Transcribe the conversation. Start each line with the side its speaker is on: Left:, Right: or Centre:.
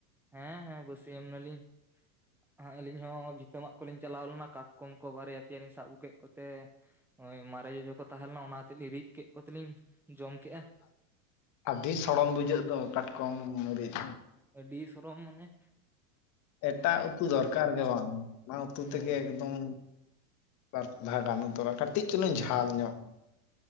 Centre: ᱦᱮᱸ ᱦᱮᱸ ᱵᱟᱹᱥᱭᱟᱹᱢ ᱮᱱᱟ ᱞᱤᱧ ᱟᱹᱞᱤᱧ ᱦᱚᱸ ᱵᱷᱤᱛᱟᱹᱜ ᱢᱟᱹᱜ ᱠᱚᱞᱤᱧ ᱪᱟᱞᱟᱣ ᱞᱮᱱᱟ ᱠᱟᱴᱠᱚᱢ ᱠᱚ ᱵᱟᱨᱭᱟ ᱯᱮᱭᱟ ᱞᱤᱧ ᱥᱟᱵ ᱟᱹᱜᱩ ᱠᱮᱫ ᱠᱚᱛᱮ ᱢᱟᱨᱮ ᱡᱚᱡᱚ ᱠᱚ ᱛᱟᱦᱮᱸ ᱞᱮᱱᱟ ᱚᱱᱟ ᱠᱚᱛᱮ ᱞᱤᱧ ᱨᱤᱫ ᱠᱮᱫ ᱠᱚᱛᱮ ᱞᱤᱧ ᱡᱚᱢ ᱠᱮᱜᱼᱟ
Left: ᱟᱹᱰᱤ ᱥᱚᱲᱚᱢ ᱵᱩᱡᱷᱟᱹᱜ ᱫᱚ ᱠᱟᱴᱠᱚᱢ ᱨᱤᱫ᱾
Centre: ᱤ ᱥᱚᱨᱚᱢ ᱢᱟᱱᱮ?
Left: ᱮᱴᱟᱜ ᱩᱛᱩ ᱫᱚᱨᱠᱟᱨ ᱜᱮ ᱵᱟᱝ ᱚᱱᱟ ᱩᱛᱩ ᱛᱮᱜᱮ
Centre: ᱦᱳᱭ
Left: ᱮᱠᱫᱚᱢᱼᱼ ᱵᱟᱨ ᱫᱷᱟᱣ ᱜᱟᱱᱚᱜ ᱛᱚᱨᱟ ᱠᱟᱹᱴᱤᱡ ᱪᱩᱞᱩᱝ ᱡᱷᱟᱞ ᱧᱚᱜ